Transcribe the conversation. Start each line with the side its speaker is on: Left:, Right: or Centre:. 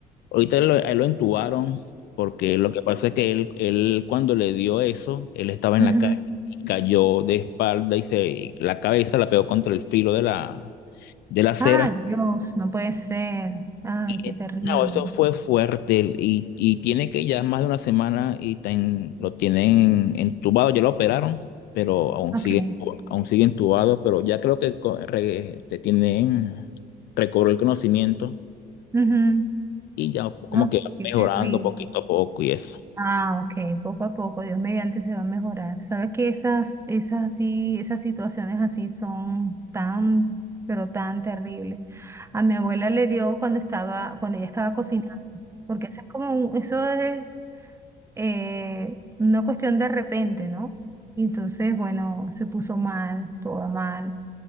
Left: Ahorita lo, a él lo entubaron porque lo que pasa es que él, él cuando le dio eso, él estaba en
Right: Ujú.
Left: la calle y cayó de espalda y se y la cabeza la pegó contra el filo de la, de la acera.
Right: Ay, Dios, no puede ser. Ay,
Left: Y
Right: qué terrible.
Left: no, eso fue fuerte y, y tiene que ya más de una semana y está en- lo tienen entubado, ya lo operaron, pero aún
Right: Ok.
Left: sigue, aún sigue entubado, pero ya creo que co- re- te tienen, recobró el conocimiento
Right: Ujú.
Left: y ya como
Right: Ay,
Left: que va
Right: qué
Left: mejorando
Right: terrible.
Left: poquito a poco y eso.
Right: Ah, ok, poco a poco, Dios mediante se va a mejorar. Sabes que esas, esas así, esas situaciones así son tan, pero tan terribles. A mi abuela le dio cuando estaba, cuando ella estaba cocinando, porque eso es como un- eso es eh, una cuestión de repente, ¿no? Y entonces, bueno, se puso mal, toda mal